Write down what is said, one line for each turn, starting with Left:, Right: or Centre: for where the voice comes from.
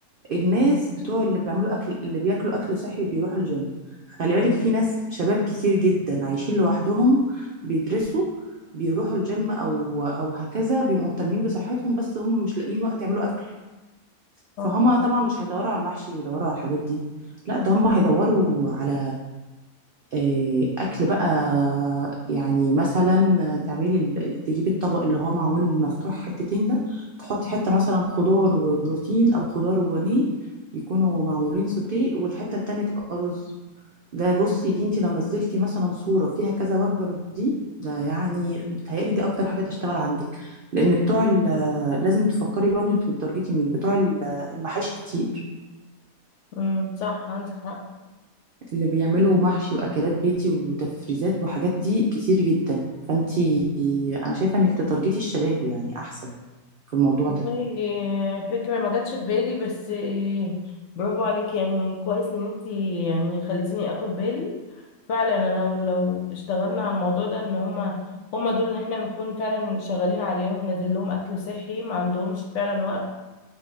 Right: الناس بتوع اللي بيعملوا اكل اللي بياكلوا اكل صحي بيروحوا الجيم خلي بالك في ناس شباب كتير جدا عايشين لوحدهم بيدرسوا بيروحوا الجيم او او هكذا بيبقوا مهتمين بصحتهم بس هم مش لاقيين وقت يعملوا اكل فهم
Left: اه
Right: طبعا مش هيدوروا على المحشي ويدوروا على الحاجات دي لا ده هم هيدوروا على آه، اكل بقى يعني مثلا تعملي ال- تجيبي الطبق اللي هو معمول مفتوح حتتين ده تحطي حته مثلا خضار وبروتين او خضار وبانيه يكونوا معمولين سوتيه والحته التانية تبقى رز ده بصي دي انت لو نزلتي مثلا صوره فيها كذا وجبه من دي ده يعني بتهيألي دي اكتر حاجه تشتغل عندك لان بتوع ال- لازم تفكري برضه انت بتارجتي مين بتوع ال- المحاشي كتير
Left: امم صح عندك حق
Right: اللي بيعملوا محشي واكلات بيتي وتفريزات وحاجات دي كتير جدا فانتي انا شايفه انك تتارجتي الشباب يعني احسن في الموضوع
Left: والله
Right: ده
Left: آه، فكرة ما جاتش في بالي بس آه، برافو عليك يعني كويس ان انت يعني خليتيني اخد بالي فعلا انا لو لو اشتغلنا على الموضوع ده ان هما هما دول ان احنا نكون فعلا شغالين عليهم ننزل لهم اكل صحي ما عندهمش فعلا وقت